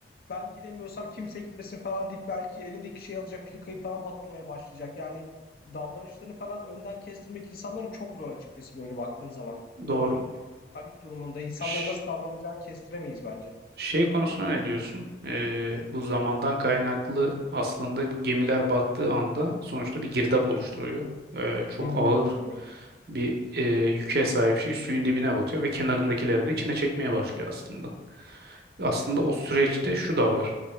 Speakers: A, on the left; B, on the right.
A: ben gidemiyorsam kimse gitmesin falan deyip belki elindeki şey alacak filikayı falan batırmaya başlayacak. Yani davranışlarını falan önden kestirmek insanların çok zor açıkçası böyle baktığın zaman.
B: doğru.
A: O an panik durumunda insanların
B: Şş.
A: nasıl davranacağını kestiremeyiz bence.
B: Şey konusuna ne diyorsun? Ee, bu zamandan kaynaklı aslında bu gemiler battığı anda sonuçta bir girdap oluşturuyor. Ee, çok
A: Hmm,
B: ağır bir e, yüke sahip şey suyun dibine batıyor ve kenarındakileri de içine çekmeye başlıyor aslında. Aslında o süreçte şu da var.